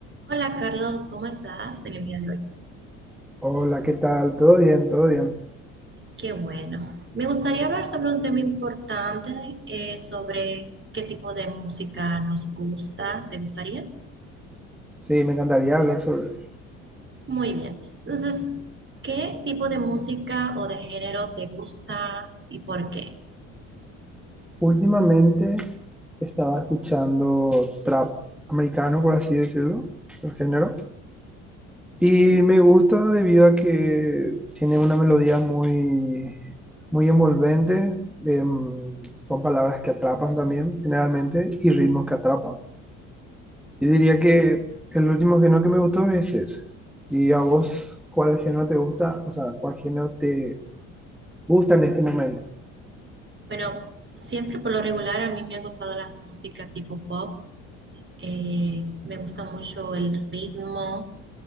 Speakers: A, on the right; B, in the centre.
A: Hola Carlos, ¿cómo estás en el día de hoy?
B: Hola, ¿qué tal? ¿Todo bien? ¿Todo bien?
A: Qué bueno. Me gustaría hablar sobre un tema importante, eh, sobre qué tipo de música nos gusta. ¿Te gustaría?
B: Sí, me encantaría hablar sobre eso.
A: Muy bien. Entonces, ¿qué tipo de música o de género te gusta y por qué?
B: Últimamente estaba escuchando trap americano, por así decirlo, el género, y me gusta debido a que tiene una melodía muy, muy envolvente, de, mm, son palabras que atrapan también, generalmente, y ritmos que atrapan. Y diría que el último género que me gustó es ese. ¿Y a vos cuál género te gusta? O sea, ¿cuál género te gusta en este momento?
A: Bueno, siempre por lo regular a mí me han gustado las músicas tipo pop. Eh, me gusta mucho el ritmo.